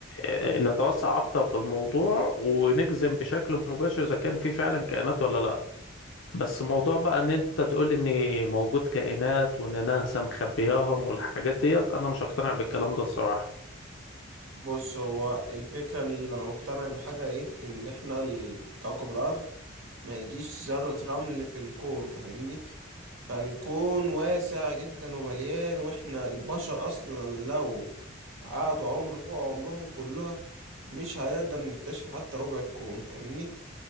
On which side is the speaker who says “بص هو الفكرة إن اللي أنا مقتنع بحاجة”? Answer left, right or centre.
Right